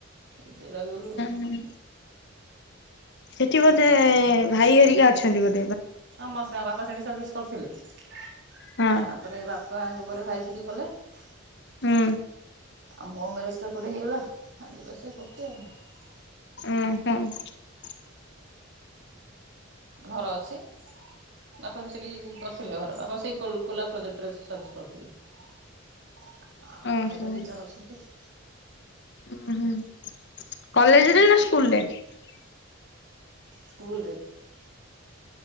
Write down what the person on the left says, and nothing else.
ହୁଁ। ସେଠି ବୋଧେ ଭାଇ ହେରି କା ଅଛନ୍ତି ବୋଧେ ।
ହଁ
ହୁଁ ।
ଉଁ ହୁଁ ।
ଓହୋ।
ଉଁ ହୁଁ କଲେଜରେ ନା ଷ୍କୁ କୁଲ୍ ରେ ।